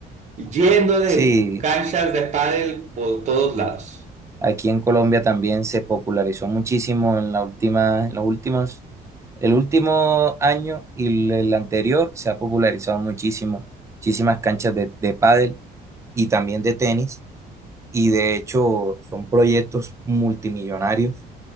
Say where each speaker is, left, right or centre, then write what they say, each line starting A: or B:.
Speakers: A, on the right; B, on the right.
A: yendo de
B: Sí,
A: canchas de pádel por todos lados.
B: aquí en Colombia también se popularizó muchísimo en la última, en los últimos, el último año y el el anterior se ha popularizado muchísimo, muchísimas canchas de, de pádel y también de tenis. Y de hecho son proyectos multimillonarios